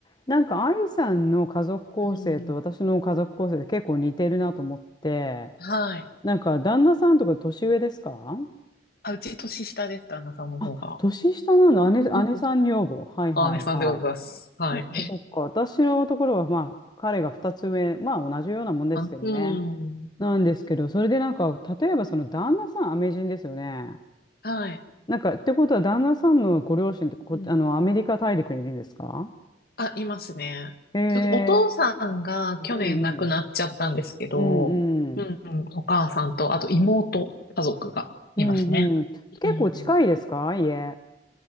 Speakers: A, on the left; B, on the left.
A: なんか、アイさんの家族構成と私の家族構成って結構似てるなと思って、
B: うん。はい。
A: なんか、旦那さんとか年上ですか
B: あ、うち年下です、旦那さんの方が。
A: あ、年下なの、姉、
B: うん
A: 姉さん女房。はいはいはい。
B: あ、姉さんでございます。はい。
A: そっかそっか。私のところは、まあ、彼が二つ上、まあ、同じようなもんですけどね。
B: あうん。
A: なんですけど、それでなんか、例えばその旦那さん、アメ人ですよね。
B: はい。
A: なんか、ってことは、旦那さんのご両親ってこ、
B: うん。
A: あの、アメリカ大陸にいるんですか
B: あ、いますね。
A: へえ
B: ちょっとお父さんが去年亡くなっちゃったんですけど、
A: うんうんうん。
B: うん、
A: うん
B: うんお母さんと、あと妹、家族がいますね。
A: うんうん。結構近いですか家。
B: うん。